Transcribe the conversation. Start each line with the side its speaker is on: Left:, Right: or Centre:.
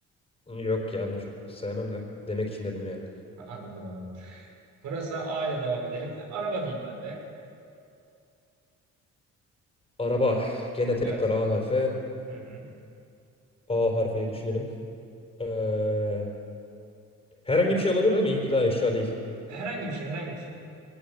Left: ben. Yok yani çok sevmem de. Demek için dedim yani.
Right: Ha, Anladım anladım. Pırasa A ile devam edelim. E, Araba diyeyim ben de.
Left: Araba. Gene tekrar
Right: Evet.
Left: A harfi.
Right: Hı hı.
Left: A harfiyle düşünelim. Eee, herhangi bir şey olabilir değil mi? İlla eşya değil.
Right: Herhangi bir şey herhangi bir şey.